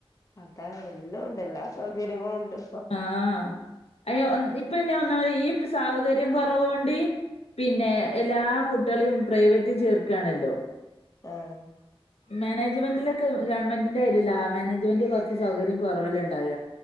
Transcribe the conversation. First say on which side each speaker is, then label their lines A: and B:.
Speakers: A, on the left (about 35°); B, on the left (about 85°).
A: അതാണ് എല്ലാം ഉണ്ട് എല്ലാ സൗകര്യങ്ങളും ഉണ്ട് ഇപ്പൊ
B: ആഹ അയ ഇപ്പന്നാ ഒന്നാ ഈ സൗകര്യം കുറവണ്ട് പിന്നെ എല്ലാ കുട്ടികളെയും പ്രൈവറ്റിൽ ചേർകാണല്ലോ
A: ആഹ് ഉം
B: മാനേജ്മെൻ്റ് ഗവർമെന്റിന്റെ കാര്യല്ല മാനേജ്മെന്റ് കൊറച്ച് സൗകര്യം കുറവല്ല ഉണ്ടാവ